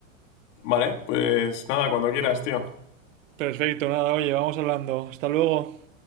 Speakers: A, on the left; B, on the right.
A: Vale, pues nada, cuando quieras, tío.
B: Perfecto, nada, oye, vamos hablando. Hasta luego.